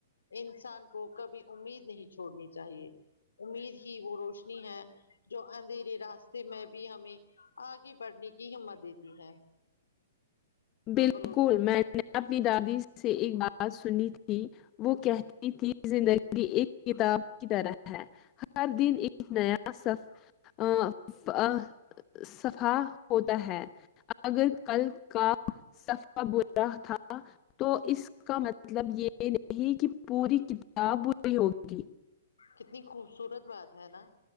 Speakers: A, on the left; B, on the left.
A: انسان کو کبھی امید نہیں چھوڑنی چاہیے امید ہی وہ روشنی ہے جو اندھیرے راستے میں بھی ہمیں آگے بڑھنے کی ہمت دیتی ہے پپلوتھا
B: بالکل میں نے اپنی دادی سے ایک بات سنی تھی وہ کہتی تھی زندگی ایک کتاب کی طرح ہے ہر دن ایک نیا سف آ آ صفا ہوتا ہے اگر کل کا صف کا برا تھا تو اس کا مطلب مطلب یہ نہیں کہ پوری کتابری ہوگی
A: کتنی خوبصورت بات ہے نا